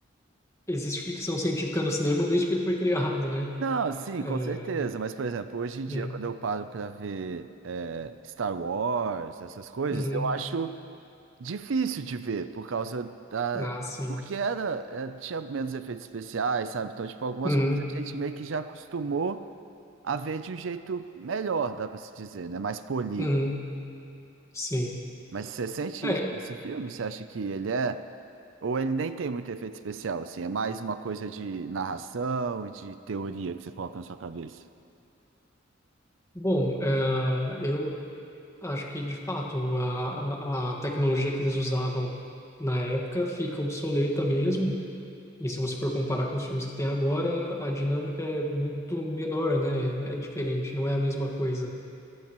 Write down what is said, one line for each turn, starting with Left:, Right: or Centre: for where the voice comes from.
Left: existe ficção científica no cinema desde que ele foi criado, né?
Right: Não, sim,
Left: É,
Right: com certeza. Mas, por exemplo, hoje em dia,
Left: hum,
Right: quando eu paro para ver é, Star Wars, essas coisas,
Left: uhum,
Right: eu acho Difícil de ver, por causa da.
Left: ah, sim.
Right: Porque era, é, tinha menos efeitos especiais, sabe? Então, tipo, algumas
Left: Uhum,
Right: coisas a gente meio que já acostumou a ver de um jeito melhor, dá pra se dizer, né? Mais polido.
Left: uhum, sim.
Right: Mas você sente
Left: É,
Right: isso nesse filme? Você acha que ele é. Ou ele nem tem muito efeito especial, assim? É mais uma coisa de narração e de teoria que você coloca na sua cabeça?
Left: bom, ah, eu acho que, de fato, a, a a tecnologia que eles usavam na época fica obsoleta mesmo, E se você for comparar com os filmes que tem agora, a dinâmica é muito menor, né? É diferente, não é a mesma coisa.